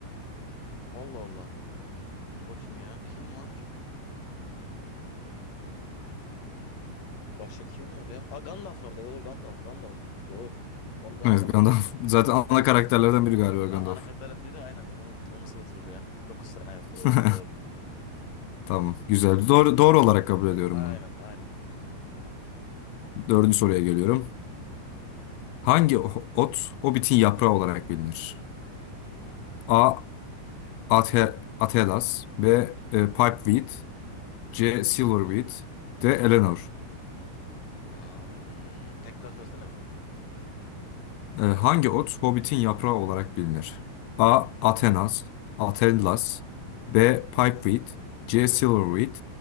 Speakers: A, on the left; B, on the left.
A: Allah Allah. Dur bakayım ya. Kim var? Başka kim var ya? Aa Gandalf var bir de. Doğru Gandalf. Gandalf. Doğru. Gon- Gandalf
B: Evet Gandalf.
A: var.
B: <laughs> Zaten
A: Dok-
B: ana karakterlerden biri galiba Gandalf.
A: A- ana karakterden biri aynen. Onu unut onu nasıl unuturum ya. Dokuz tane evet doğru.
B: <laughs>
A: Doğru.
B: Tamam. Güzel. Doğru, doğru olarak kabul ediyorum
A: Aynen
B: bunu.
A: aynen.
B: Dördüncü soruya geliyorum. Hangi o- ot Hobbit'in yaprağı olarak bilinir?
A: Hmm.
B: A. Ate Atelas B. E, Pipeweed C. Silverweed D. Eleanor
A: Hmm. Tekrar söylesene bir.
B: E, Hangi ot Hobbit'in yaprağı olarak bilinir? A. Atenas Atelas B.
A: Hmm.
B: Pipeweed C. Silverweed